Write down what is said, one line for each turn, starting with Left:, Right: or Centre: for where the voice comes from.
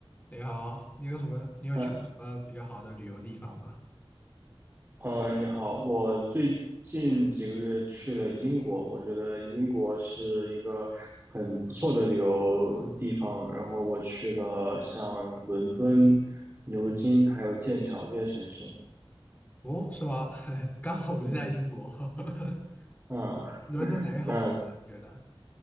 Left: 你好，你有什么？你有去过什么比较好的旅游地方吗？
Right: 嗯呃，你好，我最近几个月去了英国，我觉得英国是一个很不错的旅游地方。然后我去了像伦敦、牛津还有剑桥这些城市。
Left: 哦，是吗？<laughs> 刚好我就在英国，
Right: 嗯，
Left: <laughs>
Right: 啊，
Left: 伦敦哪里好玩呢？
Right: 那
Left: 你觉得？